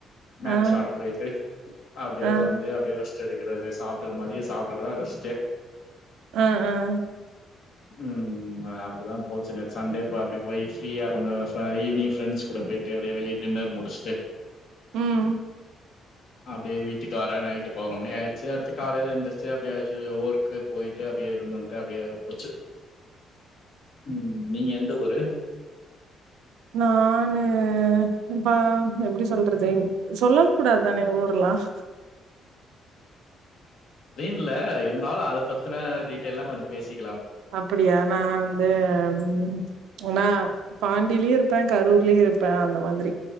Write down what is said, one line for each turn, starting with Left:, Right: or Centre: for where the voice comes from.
Right: ஆ
Left: மேட்ச் ஆட போயிட்டு அப்டியே
Right: ஆ
Left: வந்து அப்டியே ரெஸ்ட் செடுகிரதே சாங் திருப்பி மதியம் சாப்டுததான் ரெஸ்டே
Right: ஹ ஹ ம்
Left: உஹம் அப்படிதான் போச்சு நேத்து சண்டே அப்படி போய் ஃப்ரீயா கொஞ்சம் ஈவினிங் ஃப்ரெண்ட்ஸ் கூட போயிட்டு அப்படியே வெளியே டின்னர் முடிச்சுட்டு
Right: ம்
Left: அப்டியே வீட்டுக்கு வரேன் நைட்டு பதினொறு மணி ஆயிடுச்சு அடுத்து காலையில எந்திரிச்சி அப்டியே சு ஊர்கு போயிட்டு அப்டியே இருந்துன்ட்டு அப்டியே போச்சு ம் நீங்க எந்த ஊரு
Right: நான்னு இப்பா எப்டி சொல்றது சொல்லல் கூடாது தானே ஊரலாம்
Left: தென்ல இருந்தாலும் அத பத்தின டீட்டெயல்லாம் கொஞ்சம் பேசிக்
Right: அப்டியா நான் வந்து ம் உனா பாண்டிலயும் இருப்பன் கரூர்லயும் இருப்பன் அந்த மாதிரி